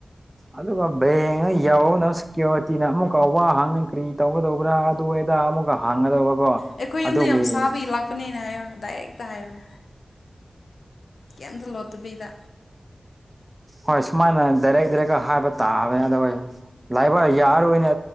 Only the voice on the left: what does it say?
ꯑꯩꯈꯣꯏ
ꯌꯨꯝꯗ ꯌꯥꯝ ꯁꯥꯕꯒꯤ ꯂꯥꯞ ꯄꯅꯦꯅ ꯍꯥꯏꯌꯣ ꯗꯥꯏꯔꯦꯛꯇ ꯍꯥꯏꯔꯣ ꯀꯩꯝꯇ ꯂꯣꯠꯇꯕꯤꯗ